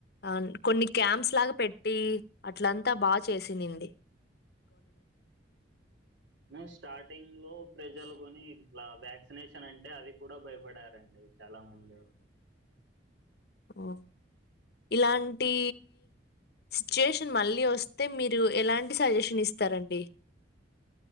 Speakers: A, on the left; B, on the right.
A: ఆ కొన్ని క్యాంప్స్ లాగా పెట్టి అట్లంతా బాగా చేసిన్నింది
B: మే స్టార్టింగ్ లో ప్రజలు కొని ఇలా వ్యాక్సినేషన్ అంటే అది కూడా భయపడారండి చాలా మంది
A: ఓ ఇలాంటి సిచ్యుయేషన్ మళ్ళీ వస్తే మీరు ఎలాంటి సజెషన్ ఇస్తారండి